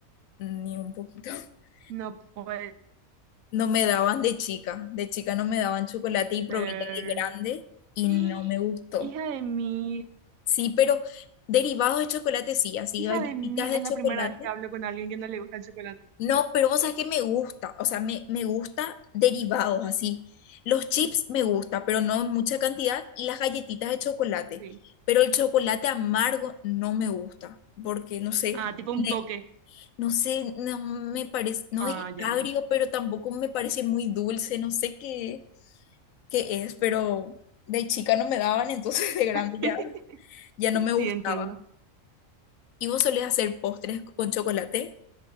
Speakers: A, on the left; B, on the right.
A: ni un poquito. <laughs>
B: No puede
A: No me daban de chica, de chica no me daban chocolate y probé
B: ser.
A: ya de grande y
B: <gasps>
A: no me gustó.
B: Hija de mil.
A: Sí, pero derivados de chocolate sí, así
B: Hija
A: galletitas
B: de mil.
A: de
B: Es la
A: chocolate.
B: primera vez que hablo con alguien que no le gusta el chocolate.
A: No, pero vos sabés que me gusta, o sea, me, me gusta derivados así. Los chips
B: Mm,
A: me gusta, pero no en mucha cantidad, y las galletitas de chocolate.
B: Sí.
A: Pero el chocolate amargo no me gusta, porque no sé,
B: Ah, tipo un
A: me-
B: toque.
A: no sé, no me parece, no
B: Ah,
A: es
B: ya,
A: agrio,
B: ya.
A: pero tampoco me parece muy dulce, no sé qué, qué es, pero de chica no me daban, entonces <laughs> de grande
B: <laughs>
A: ya, ya no me
B: Sí,
A: gustaba.
B: entiendo.
A: ¿Y vos solés hacer postres con chocolate?